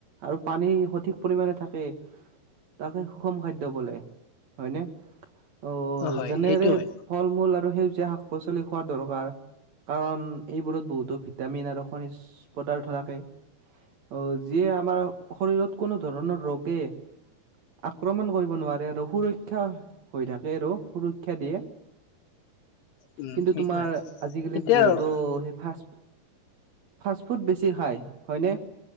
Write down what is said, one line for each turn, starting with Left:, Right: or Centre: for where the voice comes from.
Right: আৰু পানী সঠিক পৰিমণে থাকে, তাকে <unintelligible> খাদ্য বলে, হয় নে! অ'
Left: হয়
Right: যেনেৰে
Left: সেইটো হয়
Right: ফল মূল আৰু আৰু সেউজীয়া শাক পাচলি খোৱা দৰকাৰ, কাৰণ এইবোৰত বহুতো ভিটামিন আৰু খনিজ পদাৰ্থ থাকে, অ' যিয়ে আমাৰ শৰীৰত কোনো ধৰণৰ ৰোগে আক্ৰমণ কৰিব নোৱাৰে আৰু সুৰক্ষা হৈ থাকে আৰু, সুৰক্ষা দিয়ে।
Left: উম
Right: কিন্তু
Left: সেইটো
Right: তোমাৰ
Left: হয়
Right: আজিকালি
Left: এতিয়া
Right: বহুতো
Left: উম
Right: সেই ফা ফাষ্ট ফুড বেছি খায়, হয়নে!